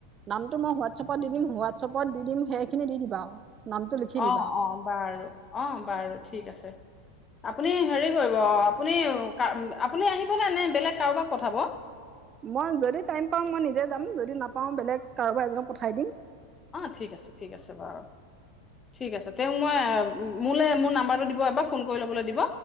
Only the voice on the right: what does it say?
নামটো মই হোৱাটছএপত দি দিম হোৱাটছএপত দি দিম সেইখিনি দি দিবা আৰু। নামটো লিখি
দিবা
মই যদি টাইম পাওঁ মই নিজে যাম যদি নাপাওঁ বেলেগ কাৰোবা এজনক পঠাই দিম।